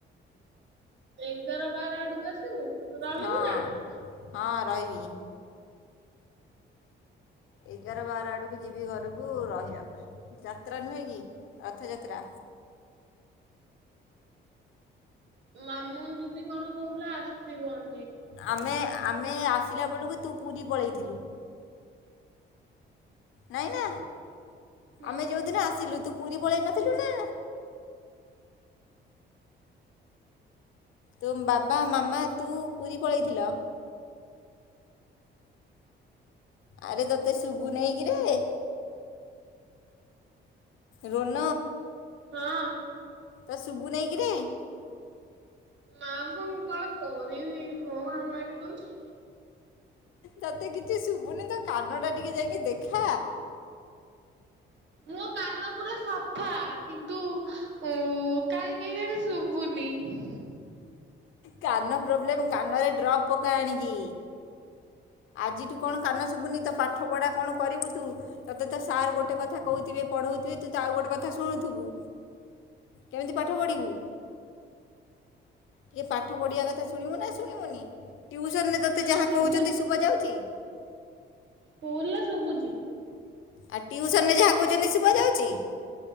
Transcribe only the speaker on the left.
ହଁ
ହଁ ରହିବି। ଏଗାର ବାର ଆଡ଼କୁ ଯିବି ଘରକୁ ରହିବା ପାଇଁ ଯାତ୍ରା ନୁହେଁ କି ରଥଯାତ୍ରା।
ଆମେ ଆମେ ଆସିଲା ବେଳକୁ ତୁ ପୁରୀ ପଳେଇଥିଲୁ। ନାଇଁ ନା
ଆମେ ଯୋଉଦିନ ଆସିଲୁ ତୁ ପୁରୀ ପଳେଇ ନଥିଲୁ ନା। ତୋ ବାବା ମାମା ତୁ ପୁରୀ ପଳେଇଥିଲ। ଆରେ ତୋତେ ଶୁଭୁ ନେଇକିରେ? ରୋନ
ତତେ ଶୁଭୁ ନେଇକିରେ?
ତତେ କିଛି ଶୁଭୁନି ତୋ କାନଟା ଟିକେ ଯାଇକି ଦେଖା।
କାନ ପ୍ରୋବ୍ଲେମ୍ କାନରେ ଡ୍ରପ୍ ପକା ଆଣିକି। ଆଜିଠୁ କଣ କାନ ଶୁଭୁନି ତୋ ପାଠ ପଢା କଣ କରିବୁ ତୁ? ତତେ ତ ସାର୍ ଗୋଟେ କଥା କହୁଥିବେ ପଢଉଥିବେ ତୁ ତ ଆଉ ଗୋଟେ କଥା ଶୁଣୁଥିବୁ। କେମିତି ପାଠ ପଢ଼ିବୁ? ଟିକେ ପାଠ ପଢ଼ିବା କଥା ଶୁଣିବୁ ନା ଶୁଣିବୁନି? ଟ୍ୟୁସନରେ
ତୋତେ ଯାହା
କହୁଛନ୍ତି ଶୁଭା ଯାଉଚି?
ଆଉ ଟିଉସନରେ ଯାହା କହୁଛନ୍ତି ଶୁଭା ଯାଉଚି?